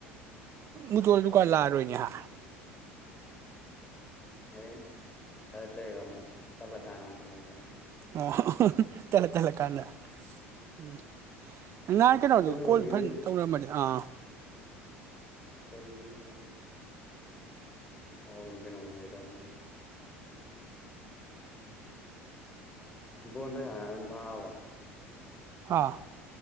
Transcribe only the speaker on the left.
ꯑꯦ ꯈ ꯂꯩꯦꯒ ꯑꯃꯨ ꯇꯜꯂ ꯀꯅꯨ ꯀꯨꯃ ꯀ
ꯀꯩꯅꯣꯒꯤ
ꯀꯔꯤ ꯑ ꯍꯧꯒꯅꯃꯥꯏꯥꯏꯗꯅ ꯕꯣꯟꯕꯩ ꯍꯥꯏꯅ ꯊꯥꯕ